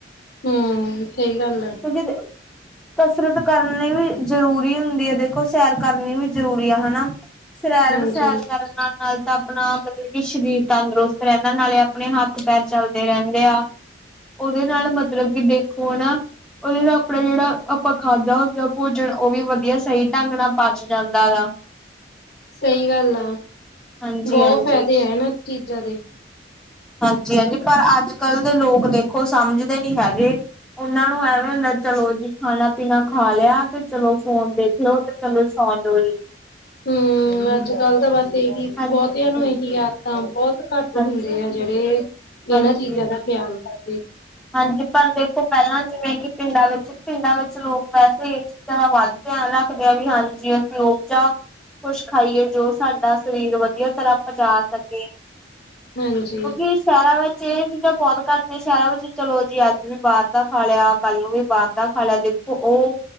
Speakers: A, on the left; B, in the centre.
A: ਹੁ, ਸਹੀ ਗੱਲ ਆ।
B: ਕਿਉਂਕਿ ਕਸਰਤ ਕਰਨੀ ਵੀ ਜਰੂਰੀ ਹੁੰਦੀ ਐ ਦੇਖੋ ਸੈਰ ਕਰਨੀ ਵੀ ਜ਼ਰੂਰੀ ਆ ਹਨਾ, ਫਿਰੇਰ
A: ਹਾਂਜੀ।
B: ਸੈਰ ਕਰਨ ਨਾਲ ਨਾਲ ਤਾਂ ਆਪਣਾ ਮਤਲਬ ਕਿ ਸਰੀਰ ਤੰਦਰੁਸਤ ਰਹਿ ਇਹਨਾਂ ਨਾਲੇ ਆਪਣੇ ਹੱਥ ਪੈਰ ਚੱਲਦੇ ਰਹਿੰਦੇ ਆ ਉਹਦੇ ਨਾਲ ਮਤਲਬ ਕਿ ਦੇਖੋ ਨਾ ਉਹਦੇ ਦਾ ਆਪਣਾ ਜਿਹੜਾ ਆਪਾਂ ਖਾਧਾਦ ਭੋਜਨ ਉਹ ਵੀ ਵਧੀਆ ਸਹੀ ਢੰਗ ਨਾਲ ਪਚ ਜਾਂਦਾ ਗਾ।
A: ਸਹੀ ਗੱਲ ਆ,
B: ਹਾਂਜੀ
A: ਬਹੁਤ
B: ਹਾਂਜੀ
A: ਫਾਇਦੇ ਆ ਇਹਨਾਂ ਚੀਜ਼ਾਂ ਦੇ।
B: ਜ ਹਾਂਜੀ ਪਰ ਅੱਜ ਕੱਲ ਦੇ ਲੋਕ ਦੇਖੋ ਸਮਝਦੇ ਨੀ ਹੈਗੇ। ਉਹਨਾਂ ਨੂੰ ਐਵੇਂ ਹੁੰਦਾ ਚਲੋ ਜੀ ਖਾਣਾ ਪੀਣਾ ਖਾ ਲਿਆ ਤੇ ਚਲੋ ਫੋਨ ਦੇਖ ਲੋ ਤੇ ਚਲੋ ਸੌ ਜੋ ਜੀ
A: ਹੁ, ਅੱਜ ਕਲ ਤਾਂ ਬਾਸ
B: ਹਾਂਜੀ।
A: ਬਹੁਤਿਆਂ ਨੂੰ ਇਹੀ ਆਦਤਾਂ ਬਹੁਤ ਘੱਟ
B: ਹਾਂਜੀ
A: ਹੁੰਦੇ ਆ ਜਿਹੜੇ ਇਹਨਾਂ
B: ਹਾਂਜੀ
A: ਚੀਜ਼ਾਂ ਦਾ ਤਿਆਨ ਕਰੱ
B: ਹਾਂਜੀ, ਪਰ ਦੇਖੋ ਪਹਿਲਾਂ ਜਿਵੇਂ ਕਿ ਪਿੰਡਾਂ ਵਿੱਚ ਪਿੰਡਾਂ ਵਿੱਚ ਲੋਕ ਵੈਸੇ ਏ ਚੀਜ਼ਾਂ ਵ ਵੱਧ ਤੇਆਨ ਰੱਖਦੇ ਹਾਂ ਵੀ ਹਾਂਜੀ ਅਸੀਂ ਉਪਜਾ ਖੁਸ਼ ਖਾਈਏ ਜੋ ਸਾਡਾ ਸਰੀਰ ਵ ਵਧੀਆ ਤਰ੍ਹਾਂ ਪੱਚਾ ਸਕੇ।
A: ਹਾਂਜੀ
B: ਕਿਉਂਕਿ ਸ਼ੇਰਾ ਵਿੱਚ ਏ ਚ ਤਾਂ ਬਹੁਤ ਘੱਟਦੇ ਸ਼ਹਿਰਾਂ ਵਿੱਚ ਚਲੋ ਜੀ ਅੱਜ ਵੀ ਬਾਰ ਦਾ ਖਾ ਲਿਆ, ਕੱਲ ਨੂੰ ਵੀ ਬਾਰ ਦਾ ਖਾ ਲਿਆ, ਦੇਖੋ ਉਹ